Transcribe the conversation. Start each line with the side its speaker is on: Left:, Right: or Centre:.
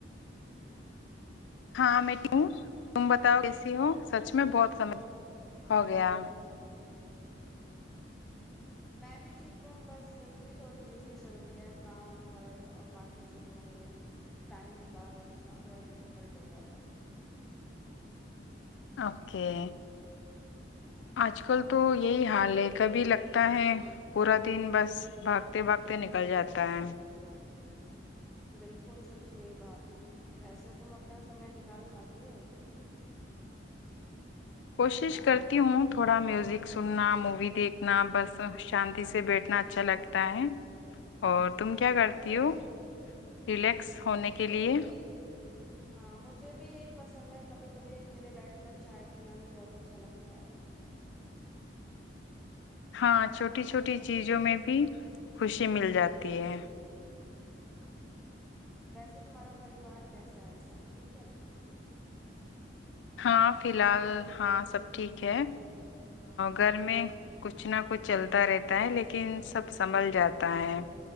Left: ہاں میں ہوں تم بتاؤ کیسی ہو سچ میں بہت سمج ہو گیا
Centre: میں بھی ٹھیک ہوں بس ان کی تھوڑی بزی چل رہی ہے کام گھر اور باقی کہ جیوں میں ٹائم نکال انا تھوڑا ڈیفیکلٹ ہو جاتا ہے
Left: اوکے آج کل تو یہی حال ہے کبھی لگتا ہے پورا دن بس بھاگتے بھاگتے نکل جاتا ہے
Centre: بالکل سچ یہی بات ویسے تم اپنا سمے نکال پاتی ہو
Left: کوشش کرتی ہوں تھوڑا میوزک سننا مووی دیکھنا بس شانتی سے بیٹھنا اچھا لگتا ہے اور تم کیا کرتی ہو ریلیکس ہونے کے
Centre: مجھے
Left: لیے
Centre: بھی
Left: <unintelligible>
Centre: ہاں مجھے بھی یہی پسند ہے کبھی کبھی اکیلے بیٹھ کر چائے پینا بھی بہت اچھا لگتا ہے
Left: ہاں چھوٹی چھوٹی چیزوں میں بھی خوشی مل جاتی ہے
Centre: ویسے تمہارا پریوار کیسا ہے سب ٹھیک ہے
Left: ہاں فی الحال ہاں سب ٹھیک ہے گھر میں کچھ نہ کچھ چلتا رہتا ہے لیکن سب سنبھل جاتا ہے